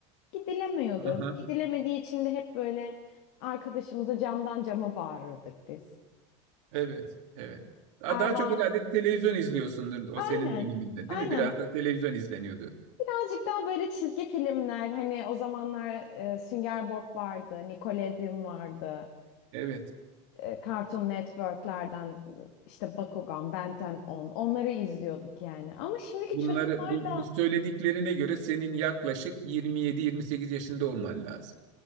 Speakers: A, on the left; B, on the right.
A: Gidilemiyordu.
B: Aha,
A: Gidilemediği için de hep böyle arkadaşımıza camdan cama bağırırdık biz.
B: evet, evet. Daha
A: Erva
B: daha çok herhalde televizyon izliyorsundur o
A: aynen.
B: senin döneminde,
A: Aynen.
B: değil mi? Biraz da televizyon izleniyordu.
A: Birazcık daha böyle çizgi filmler hani o zamanlar e, Sünger Bob vardı, Nickelodeon vardı.
B: Evet.
A: E, Cartoon Network'lerden e, işte Bakugan, Ben on on onları izliyorduk yani. Ama şimdiki
B: Bunları
A: çocuklar
B: bu,
A: da
B: bu söylediklerine göre senin yaklaşık 27-28 yaşında olman lazım.